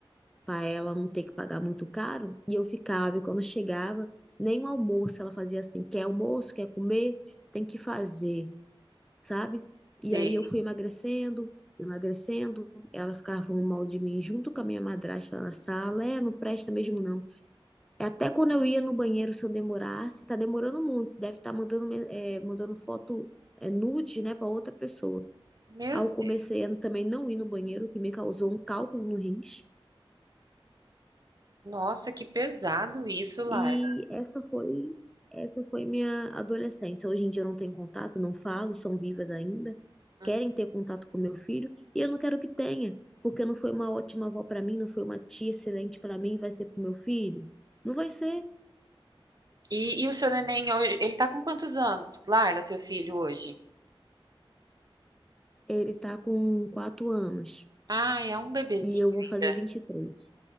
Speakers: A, in the centre; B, on the right.
A: para ela não ter que pagar muito caro. E eu ficava, e quando chegava, nem o almoço ela fazia assim: quer almoço, quer comer, tem que fazer, sabe?
B: sei.
A: E aí eu fui emagrecendo, emagrecendo. Ela ficava falando mal de mim junto com a minha madrasta na sala: é, não presta mesmo não. É Até quando eu ia no banheiro, se eu demorasse, tá demorando muito. Deve estar mandando, me- eh, mandando foto, eh, nude, né, pra outra pessoa.
B: Meu
A: Aí eu
B: Deus.
A: comecei a também não ir no banheiro, o que me causou um cálculo no rins.
B: Nossa, que pesado isso, Laila.
A: E essa foi, essa foi minha adolescência. Hoje em dia eu não tenho contato, não falo, são vivas ainda.
B: Uhum.
A: Querem ter contato com meu filho e eu não quero que tenha, porque não foi uma ótima avó pra mim, não foi uma tia excelente pra mim, vai ser pro meu filho? Não vai ser.
B: E, e o seu neném, hoje- ele tá com quantos anos, Laila, seu filho, hoje?
A: Ele tá com quatro anos.
B: Ah, é um bebezinho
A: E eu vou
B: ainda.
A: fazer vinte e três